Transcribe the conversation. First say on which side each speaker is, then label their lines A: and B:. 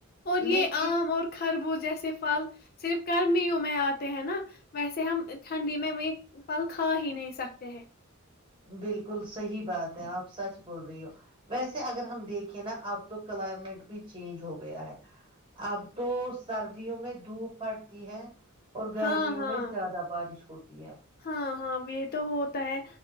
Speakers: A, on the left; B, on the right.
A: اور یہ
B: لیکن
A: آم اور خربوز جیسے پھل صرف گرمی میں آتے ہیں نا ویسے ہم ٹھنڈی میں وہ پل کھا ہی نہیں سکتے ہیں
B: بالکل صحیح بات ہے آپ سچ بول رہی ہو ویسے اگر ہم دیکھیں نا اب تو کلائمیٹ بھی چینج ہو گیا ہے اب تو سردیوں میں دھوپ پٹتی ہے اور گرمیوں
A: ہاں ہاں
B: میں زیادہ بارش ہوتی ہے
A: ہاں ہاں یہ تو ہوتا ہے